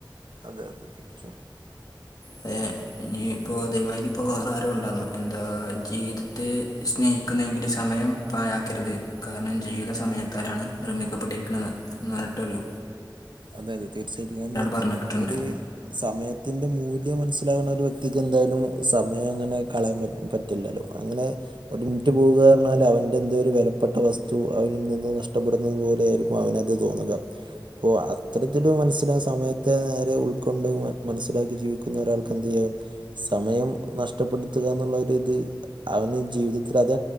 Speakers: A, on the right; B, on the left.
A: അതെ അതെ തീർച്ചയായും
B: തെ ഇനി ഇപ്പോ അതേമാതിരി പ്പൊ വാറ ആരോ ഉണ്ടാര്ന്നു എന്താ ജീവിതത്തെ സ്നേഹിക്കുന്നതെങ്കില് സമയം പായക്കരുത് കാരണം ജീവിത സമയത്താലാണ് നിർമ്മിക്കപ്പെട്ടിര്ക്ക്‌ണത് ന്നർഞ്ഞിട്ടൊരു
A: അതെ അതെ തീർച്ചയായിട്ടും കാര്ണം
B: പറഞ്ഞിട്ടുണ്ട്
A: ഒര് സമയത്തിന്റെ മൂല്യം മൻസ്സിലാവ്ണ ഒരു വ്യക്തിക്ക് എന്തായാലും സമയം അങ്ങനെ കളയാൻ പ റ്റില്ലല്ലോ അങ്ങനെ ഒരു മിൻറ്റ് പോകാർഞ്ഞാല് അവന്റെ എന്തോ ഒരു വെലപ്പെട്ട വസ്തു അവനിൽ നിന്ന് നഷ്ടപ്പെടുന്നത് പോലെ ആയിര് ക്കും അവനത് തോന്നുക പ്പോ അ അത്തരത്തില് മൻസ്സില സമയത്തെ നേരെ ഉൾക്കൊണ്ട് മ മൻസ്സിലാക്കി ജീവിക്കുന്ന ഒരാൾക്ക് എന്ത് ചെയ്യും സമയം നഷ്ടപ്പെടുത്തുക എന്നുള്ളര് ത് അവന് ജീവിതത്തില് അത്